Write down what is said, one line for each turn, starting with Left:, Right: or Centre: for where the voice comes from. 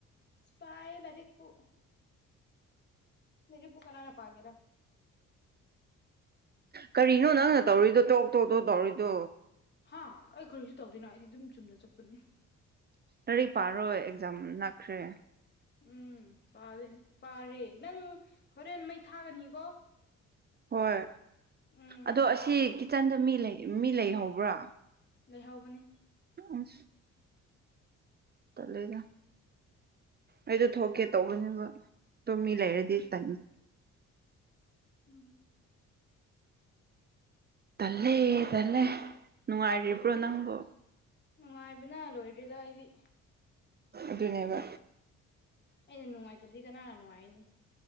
Left: ꯏꯁꯄꯥꯏ ꯇꯔꯤꯈꯄꯨ ꯃꯦꯔꯤꯕꯨ ꯀꯅꯥꯅ ꯄꯥꯒꯦꯔꯥ
Right: ꯀꯔꯤꯅꯣ ꯅꯪꯅ ꯇꯧꯔꯤꯗꯣ ꯇꯣꯛ ꯇꯣꯛꯇꯣ ꯇꯧꯔꯤꯗꯣ
Left: ꯍꯥ ꯑꯩ ꯀꯔꯤꯁꯨ ꯇꯧꯗꯣꯏꯅꯣ ꯑꯩꯗꯤ ꯑꯗꯨꯝ ꯆꯨꯝꯅ ꯆꯠꯄꯅꯤ
Right: ꯂꯥꯏꯔꯤꯛ ꯄꯥꯔꯣꯏ ꯑꯦꯛꯖꯥꯝ ꯅꯛꯈ꯭ꯔꯦ
Left: ꯎꯝ ꯄꯥꯗꯣꯏꯅꯦ ꯄꯥꯔꯦ ꯅꯪ ꯍꯣꯔꯦꯟ ꯃꯩ ꯊꯥꯒꯅꯤꯀꯣ
Right: ꯍꯣꯏ
Left: ꯎꯝ
Right: ꯑꯗꯣ ꯑꯁꯤ ꯀꯤꯠꯆꯟꯗ ꯃꯤ ꯃꯤ ꯂꯩꯍꯧꯕ꯭ꯔꯥ
Left: ꯂꯩꯍꯕꯅꯦ
Right: ꯑ ꯇꯠꯂꯦꯗ ꯑꯩꯗꯣ ꯊꯣꯛꯀꯦ ꯇꯧꯕꯅꯦꯕ ꯑꯗꯨꯝ ꯃꯤ ꯂꯩꯔꯗꯤ
Left: ꯎꯝ
Right: ꯇꯥꯏꯅꯤꯡ
Left: ꯎꯝ
Right: ꯇꯜꯂꯦ ꯇꯜꯂꯦ ꯅꯨꯡꯉꯥꯏꯔꯤꯕ꯭ꯔꯣ ꯅꯪꯕꯨ
Left: ꯅꯨꯡꯉꯥꯏꯕꯅ ꯂꯣꯏꯔꯦꯗ ꯑꯩꯗꯤ
Right: ꯑꯗꯨꯅꯦꯕ
Left: ꯑꯩꯅ ꯅꯨꯡꯉꯥꯏꯇ꯭ꯔꯗꯤ ꯀꯅꯥꯅ ꯅꯨꯡꯉꯥꯏꯅꯤ